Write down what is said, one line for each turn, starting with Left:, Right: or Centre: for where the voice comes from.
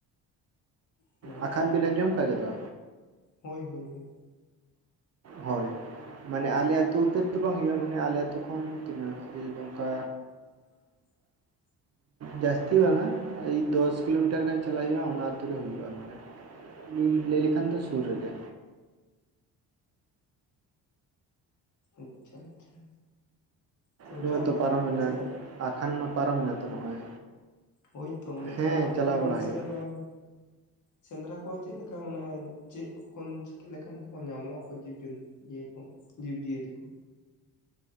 Left: ᱦᱮᱸ
Right: ᱟᱠᱷᱟᱱ ᱵᱤᱱ ᱟᱸᱡᱚᱢ ᱟᱠᱟᱜ ᱜᱮᱫᱚ?
Left: ᱦᱳᱭ ᱦᱳᱭ ᱦᱳᱭ᱾
Right: ᱦᱳᱭ ᱢᱟᱱᱮ ᱟᱞᱮ ᱟᱛᱳ ᱩᱛᱟᱹᱨ ᱫᱚ ᱵᱟᱝ ᱦᱩᱭᱩᱜᱼᱟ, ᱢᱟᱱᱮ ᱟᱞᱮ ᱟᱹᱛᱩ ᱠᱷᱚᱱ ᱛᱤᱱᱟᱹᱜ ᱱᱚᱝᱠᱟ
Left: <inaudible>
Right: ᱡᱟᱹᱥᱛᱤ ᱵᱟᱝ-ᱟ, ᱮ ᱫᱚᱥ ᱠᱤᱞᱳᱢᱤᱴᱟᱨ ᱜᱟᱱ ᱪᱟᱞᱟᱜ ᱦᱩᱭᱩᱜᱼᱟ, ᱚᱱᱟ ᱟᱹᱛᱩ ᱨᱮ ᱦᱩᱭᱩᱜᱼᱟ ᱟᱨ ᱢᱟᱱᱮ ᱞᱟ. ᱭ, ᱞᱟᱹᱭ ᱞᱮᱠᱷᱟᱱ ᱫᱚ ᱥᱩᱨ ᱨᱮᱜᱮ᱾
Left: ᱟᱪᱪᱷᱟ ᱟᱪᱪᱷᱟ ᱛᱚ,
Right: ᱱᱚᱜᱼᱚᱭ
Left: ᱪᱟ ᱵᱟᱲᱟᱜ
Right: ᱯᱟᱨᱚᱢᱮᱱᱟ
Left: ᱜᱮᱭᱟ ᱵᱤᱱ ᱥᱮ?
Right: ᱟᱠᱷᱟᱱ ᱢᱟ ᱯᱟᱨᱚᱢ ᱮᱱᱟ ᱛᱚ ᱱᱚᱜᱼᱚᱭ᱾
Left: ᱦᱳᱭᱛᱚ ᱢᱟᱱᱮ
Right: ᱦᱮᱸ
Left: ᱪᱟ ᱵᱟᱲᱟᱜ
Right: ᱪᱟᱞᱟᱣ
Left: ᱜᱮᱭᱟ ᱵᱤᱱ
Right: ᱵᱟᱲᱟ
Left: ᱥᱮ
Right: ᱦᱩᱭᱩᱜᱼᱟ
Left: ᱵᱟᱝ? ᱥᱮᱸᱫᱽᱨᱟ ᱠᱚ ᱪᱮᱫ ᱞᱮᱠᱟ ᱢᱟᱱᱮ, ᱪᱮᱫ ᱠᱷᱚᱱ ᱪᱤᱠᱟ. ᱞᱮᱠᱟᱱ ᱠᱚᱠᱚ ᱧᱟᱢᱚᱜ ᱟᱠᱚ ᱡᱤᱵᱽ ᱡᱚᱱᱛᱩ ᱤᱭᱟᱹ ᱠᱚ ᱡᱤᱵᱽ ᱡᱤᱭᱟᱹᱞᱤ ᱠᱚ?